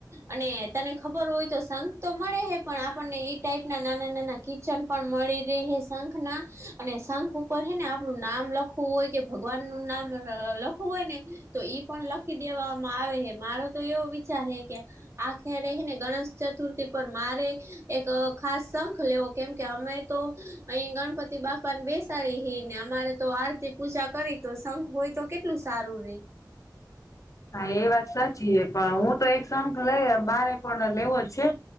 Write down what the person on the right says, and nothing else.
અને તને ખબર હોય તો શંખ તો મળે હે પણ આપણને એ ટાઈપ ના નાના નાના કી <unintelligible> પણ મળી રહે શખ ના અને શંખ ઉપર હે ને આપણું નામ લખ લું હોય કે ભગવાન નું નામ લખવું હોય ને તો ઈ પણ લખ દેવામાં આવે હે મારો તો એવો વિચાર હે કે આખે રહીને ગણેશ ચતુર્થી પર મારે એક ખાસ શંખ લેવો કેમકે અમે તો અહી ગણપતિ બાપા ને બેસાડીે હી ને અમારે તો આરતી પૂજા કરી તો શઘ હોય તો કેટલું સારું રે